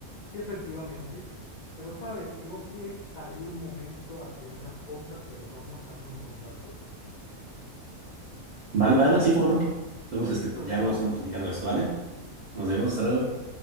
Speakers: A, on the left (about 70°); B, on the right (about 70°).
A: Y efectivamente, pero sabes, tengo que salir un momento a hacer unas compras, pero todos estamos en contacto.
B: Vale, vale, sí, cómo no. Entonces,
A: Eh, listo,
B: este, ya
A: chao.
B: luego seguimos platicando de esto, ¿vale? Nos vemos, hasta luego.